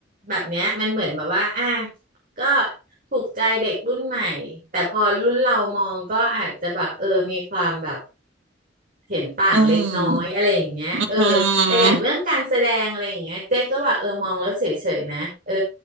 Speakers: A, on the right; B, on the right.
A: แบบเนี้ยมันเหมือนแบบว่าอ่ะก็ถูกใจเด็กรุ่นใหม่แต่พอรุ่นเรามองก็อาจจะแบบเออมีความแบบ เห็นต่างเล็กน้อยอะไรอย่างเงี้ยเออ
B: อืมอื
A: แต่อย่างเรื่องการแสดงอะไรอย่างเงี้ยเจ๊ก็แบบเออมองแล้วเฉยๆนะเออ
B: ม